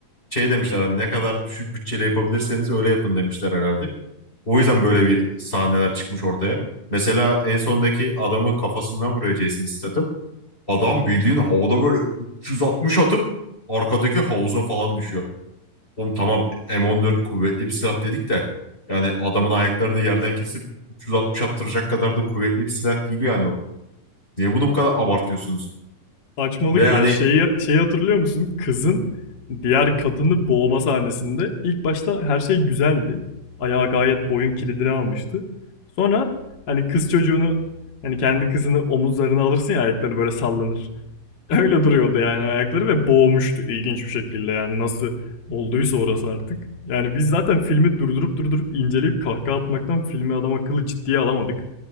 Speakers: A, on the left (about 15°); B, on the left (about 45°).
A: şey demişler hani ne kadar düşük bütçeyle yapabilirseniz öyle yapın demişler herhalde. O yüzden böyle bir sahneler çıkmış ortaya. Mesela en sondaki adamı kafasından vuruyor Jason Statham. Adam bildiğin havada böyle 360 atıp arkadaki havuza falan düşüyor. Oğlum tamam M14 kuvvetli bir silah dedik de yani adamın ayaklarını yerden kesip 360 attıracak kadar da kuvvetli bir silah değil yani o. Niye bunu bu kadar abartıyorsunuz?
B: Saçmalık
A: Ve hani
B: ya. Şeyi, şeyi hatırlıyor musun? Kızın diğer kadını boğma sahnesinde ilk başta her şey güzeldi. Ayağı gayet boyun kilidini almıştı. Sonra hani kız çocuğunu hani kendi kızını omuzlarına alırsın ya ayakları böyle sallanır. <laughs> Öyle duruyordu yani ayakları ve boğmuştu ilginç bir şekilde yani nasıl olduysa orası artık. Yani biz zaten filmi durdurup durdurup inceleyip kahkaha atmaktan filmi adam akıllı ciddiye alamadık.